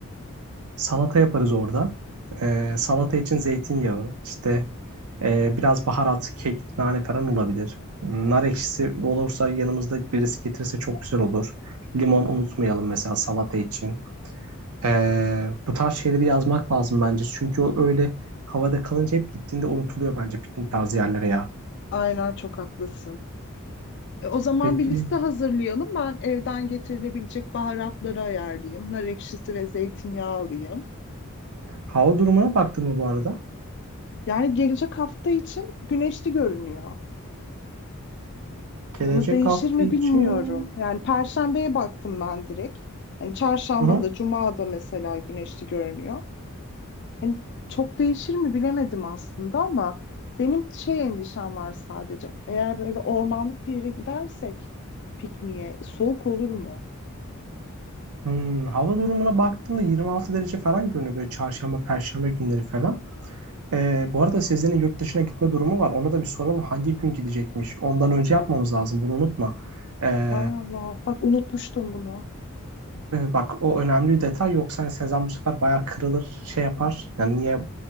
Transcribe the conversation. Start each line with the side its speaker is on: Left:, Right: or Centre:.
Right: Salata yaparız orada. Ee, salata için zeytinyağı, işte e, biraz baharat, kekik, nane falan olabilir. Nar ekşisi olursa yanımızda birisi getirirse çok güzel olur. Limon unutmayalım mesela salata için. Ee, bu tarz şeyleri yazmak lazım bence. Çünkü o öyle havada kalınca hep gittiğinde unutuluyor bence piknik tarzı yerlere ya.
Left: Aynen çok haklısın. E, o zaman
Right: Peki
Left: bir liste hazırlayalım. Ben evden getirilebilecek baharatları ayarlayayım. Nar ekşisi ve zeytinyağı alayım.
Right: hava durumuna baktın mı bu arada?
Left: Yani gelecek hafta için güneşli görünüyor.
Right: Gelecek
Left: Ama değişir
Right: hafta
Left: mi
Right: için...
Left: bilmiyorum. Yani Perşembe'ye baktım ben direkt. Yani Çarşamba
Right: Hı hı.
Left: da, Cuma da mesela güneşli görünüyor. Hani çok değişir mi bilemedim aslında ama benim şey endişem var sadece. Eğer böyle ormanlık bir yere gidersek pikniğe soğuk olur mu?
Right: Hmm, hava durumuna baktığımda 26 derece falan görünüyor böyle çarşamba, perşembe günleri falan. Ee, bu arada Sezen'in yurt dışına gitme durumu var. Ona da bir soralım hangi gün gidecekmiş. Ondan önce yapmamız lazım bunu unutma. Ee,
Left: Hay Allah, bak unutmuştum bunu.
Right: Evet, bak o önemli bir detay yoksa hani Sezen bu sefer bayağı kırılır şey yapar yani niye